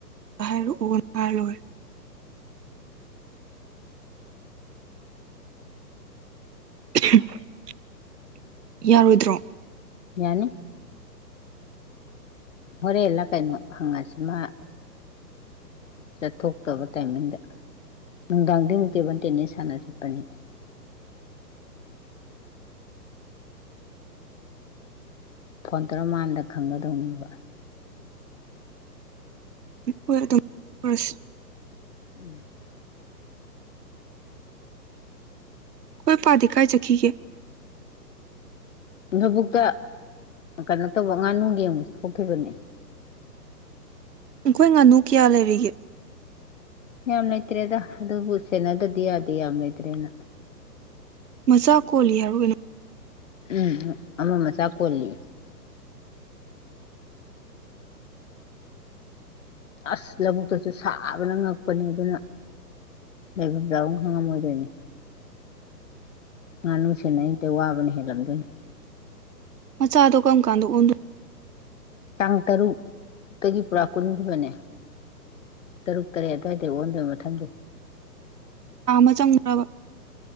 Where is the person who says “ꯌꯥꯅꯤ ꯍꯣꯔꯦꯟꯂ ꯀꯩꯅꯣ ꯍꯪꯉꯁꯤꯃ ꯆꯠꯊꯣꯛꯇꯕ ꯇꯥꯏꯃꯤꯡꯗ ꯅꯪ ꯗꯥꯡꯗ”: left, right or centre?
Left